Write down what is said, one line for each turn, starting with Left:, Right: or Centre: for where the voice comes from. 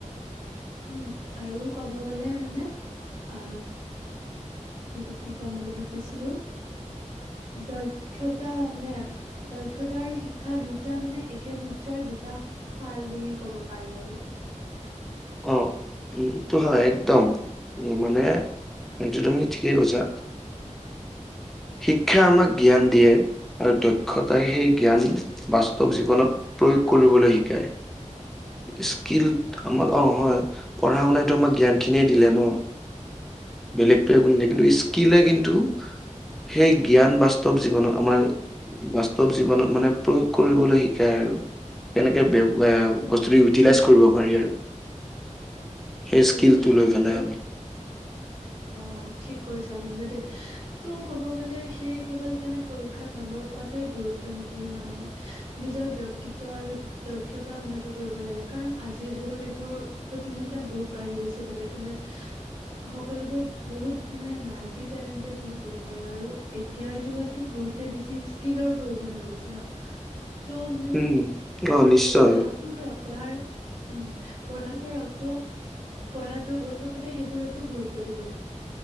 Right: উম আৰু কব গলে মানে অ এইটো কি ক'ম বুলি ভাবিছিলো দক্ষতা মানে, দক্ষতা আৰু শিক্ষা দুয়টা মানে একে মুদ্ৰাৰ দুটা ফাল বুলি কব পাৰি আৰু
Centre: অ এইটো হয় একদম উম মানে, এই তো তুমি ঠিকেই কৈছা। শিক্ষা আমাক জ্ঞান দিয়ে। আৰু দক্ষতাই সেই জ্ঞান বাস্তৱ জীৱনত প্ৰয়োগ কৰিবলৈ শিকায়। স্কিল আমাক অ হয় পঢ়া শুনাইটো আমাক জ্ঞান খিনিয়ে দিলে ন। বেলেগতোৱে একো নিদিয়ে
Right: উম,
Centre: কিন্তু স্কিলে
Right: একদম
Centre: কিন্তু, সেই জ্ঞান বাস্তৱ জীৱনত আমাৰ বাস্তৱ জীৱনত, মানে প্ৰয়োগ কৰিবলৈ শিকায় আৰু কেনেকে এ
Right: অ,
Centre: বস্তুটো ইউটিলাইজ কৰিব পাৰি আৰু,
Right: সেইটোৱে
Centre: সেই স্কিলটো লৈ পেলাই
Right: আৰু
Centre: আমি
Right: অ, ঠিক কৰিছা কিন্তু দে। তো ক'ব গ'লে, সেয়ে কেৱল মানে পৰীক্ষাত নম্বৰ পোৱাটোৱে গুৰুত্ব নিদি মানে নিজৰ বক্ত ক্তিত্ব আৰু দক্ষতা উন্নত কৰিব লাগে। কাৰণ আজিৰ যুগত এইবোৰ প্ৰতিযোগিতা বহুত বাঢ়ি গৈছে বেলেগ-বেলেগ সকলোবোৰ বহুত মানে মাল্টি টেলেণ্টেড বুলি ক'ব পাৰো, আৰু এতিয়াৰ যুগতো বহুতে বেছি ইচকিলৰ প্ৰয়োজন হৈ গৈছে ন ত' মানে
Centre: উম, অ' নিশ্চয়
Right: পঢ়াটো কৰক পঢ়াৰ উম, পঢ়াটো কৰক ত <unintelligible> পঢ়াটো লগতো সেইবোৰতো গুৰুত্ব দিব লাগে।